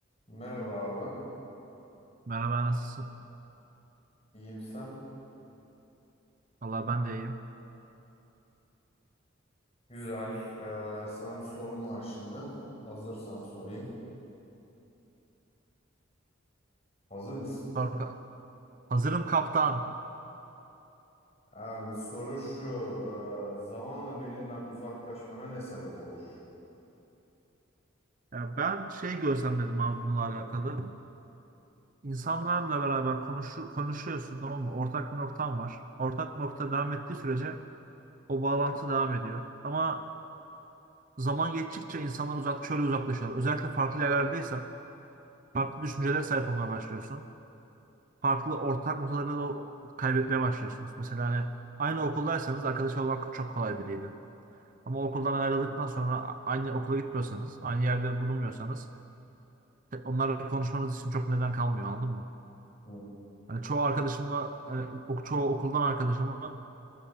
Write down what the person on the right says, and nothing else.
Merhaba, nasılsın?
Valla ben de iyiyim.
Korka- Hazırım kaptan.
Ya ben şey gözlemledim abi bununla alakalı. İnsanlarla beraber konuşu konuşuyorsun tamam mı? Ortak bir noktan var. Ortak bir nokta devam ettiği sürece o bağlantı devam ediyor. Ama zaman geçtikçe insanlar uzak şöyle uzaklaşıyorlar. Özellikle farklı yerlerdeysen farklı düşüncelere sahip olmaya başlıyorsun. Farklı ortak noktalarını da kaybetmeye başlıyorsunuz. Mesela hani aynı okuldaysanız arkadaş olmak çok kolay biriydi. Ama okuldan ayrıldıktan sonra aynı okula gitmiyorsanız, aynı yerde bulunmuyorsanız te- onlarla konuşmanız için çok neden kalmıyor anladın mı?
Hani çoğu arkadaşımla, hani ok- çoğu okuldan arkadaşımla